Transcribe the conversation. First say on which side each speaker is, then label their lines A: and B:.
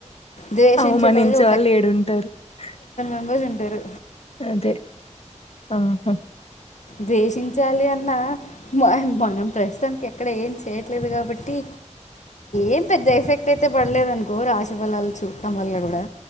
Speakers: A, on the left; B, on the left.
A: ద్వేషించేటోళ్ళు
B: అవమానించే వాళ్ళు ఏడుంటారు హ్
A: మెంబెర్స్ ఉంటరు
B: అదే ఆహా
A: ద్వేషించాలి అన్న మ మనం ప్రస్తుతానికి ఎక్కడ ఏం చేయట్లేదు కాబట్టి ఏం పెద్ద ఎఫెక్ట్ అయితే పడలేద అనుకో రాశి ఫలాలు చూడటం వల్ల కూడా